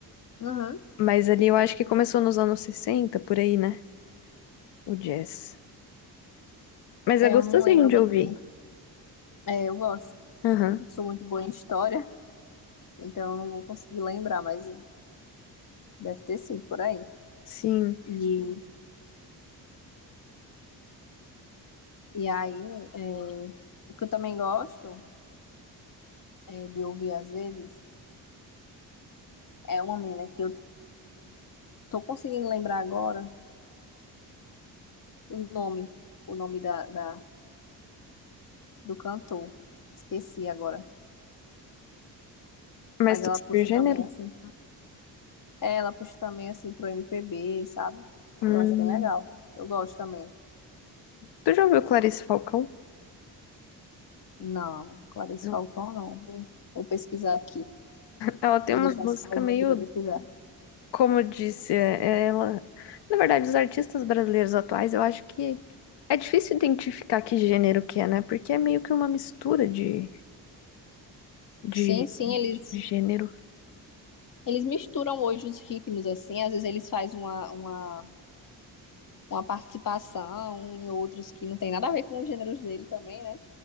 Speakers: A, on the left; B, on the left.
A: Uhum.
B: Mas ali eu acho que começou nos anos 60 por aí, né? O jazz. Mas
A: É,
B: é gostosinho
A: eu não lembro
B: de
A: muito
B: ouvir.
A: bem. É, eu gosto.
B: Aham,
A: Não sou muito boa em história, <laughs> então eu não vou conseguir lembrar, mas deve ter sido por aí.
B: sim.
A: E, e aí, é, o que eu também gosto é, de ouvir às vezes é uma menina que eu tô conseguindo lembrar agora o nome, o nome da, da, do cantor. Esqueci agora.
B: Mas
A: Mas
B: tu
A: ela
B: sabe
A: puxa
B: o gênero?
A: também, assim. É, ela puxa também, assim, pro MPB, sabe?
B: Hum.
A: Eu acho bem legal. Eu gosto também.
B: Tu já ouviu Clarice Falcão?
A: Não, Clarice
B: Não.
A: Falcão não. Vou, vou pesquisar aqui.
B: Ela tem
A: Vou
B: umas
A: deixar
B: músicas
A: salvo
B: meio,
A: aqui pra pesquisar.
B: como eu disse, é- é ela. Na verdade, os artistas brasileiros atuais, eu acho que é difícil identificar que gênero que é, né? Porque é meio que uma mistura de de
A: Sim, sim, eles,
B: de gênero.
A: eles misturam hoje os ritmos, assim. Às vezes eles fazem uma, uma, uma participação em outros que não tem nada a ver com os gêneros dele também, né?